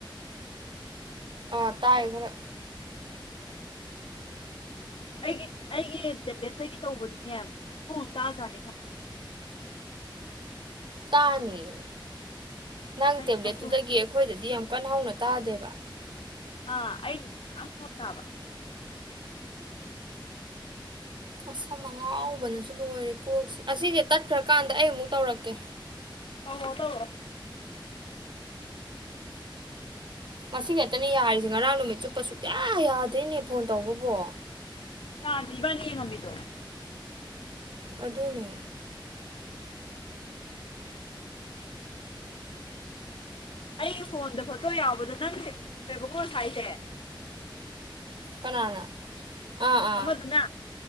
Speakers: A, on the right; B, on the left.
A: ꯑꯥ ꯇꯥꯏ ꯈꯔ
B: ꯑꯩꯒꯤ ꯑꯩꯒꯤ ꯇꯦꯕ꯭ꯂꯦꯠꯇꯒꯤ ꯇꯧꯕꯗꯤꯅꯦ ꯌꯥꯝ ꯍꯧꯅ ꯇꯥꯖꯥꯅꯤ ꯈꯪꯕ꯭ꯔꯥ
A: ꯇꯥꯅꯤꯌꯦ ꯅꯪ
B: ꯍꯥꯏꯗꯤ
A: ꯇꯦꯕ꯭ꯂꯦꯠꯇꯨꯗꯒꯤ
B: ꯃꯈꯣꯟ
A: ꯑꯩꯈꯣꯏꯗꯗꯤ ꯌꯥꯝ ꯀꯟꯅ ꯍꯧꯅ ꯇꯥꯗꯦꯕ
B: ꯑꯥ ꯑꯩ ꯕꯨꯗꯤ ꯃꯌꯥꯝ ꯍꯧꯅ ꯇꯥꯕ
A: ꯑꯁꯝ ꯑꯉꯥꯎꯕꯅꯁꯨ ꯂꯣꯏꯔꯦ ꯀꯣꯛꯁꯦ ꯑꯁꯤꯖꯦ ꯇꯠꯈ꯭ꯔꯀꯥꯟꯗ ꯑꯩ ꯑꯃꯨꯛ ꯇꯧꯔꯛꯀꯦ
B: ꯇꯧꯔꯣ ꯇꯧꯔꯣ
A: ꯉꯁꯤ ꯈꯦꯛꯇꯅꯦ ꯌꯥꯔꯤꯁꯦ ꯉꯔꯥꯡ ꯅꯨꯃꯤꯠ ꯆꯨꯞꯄꯁꯨꯨꯛꯌꯥ ꯌꯥꯗꯦꯅꯦ ꯐꯣꯟ ꯇꯧꯕꯕꯣ
B: ꯌꯥꯗꯤ ꯏꯕꯅꯤ ꯌꯦꯡꯉꯝꯃꯤꯗꯣ
A: ꯑꯗꯨꯅꯦ
B: ꯑꯩꯒꯤ ꯐꯣꯟꯗ ꯐꯣꯇꯣ ꯌꯥꯎꯕꯗꯣ ꯅꯪꯁꯦ <unintelligible> ꯉꯁꯥꯏꯖꯦ
A: ꯀꯅꯥꯅ ꯑꯥ ꯑꯥ
B: ꯑꯃꯗꯨꯅ